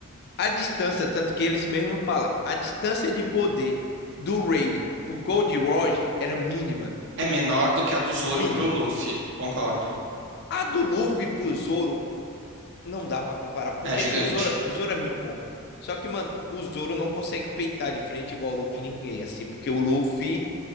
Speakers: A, on the left; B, on the right.
A: A distância, tanto que eles mesmos falam, a distância de poder do railing pro Gold Rush era mínima.
B: É menor do que a do Zoro
A: Mínima.
B: pro Luffy, concordo.
A: A do Luffy pro Zoro não dá pra comparar, porque
B: É gigante.
A: o Zoro, o Zoro é muito bom. Só que, mano, o Zoro não consegue peitar de frente igual o Luffy ninguém, assim, porque o Luffy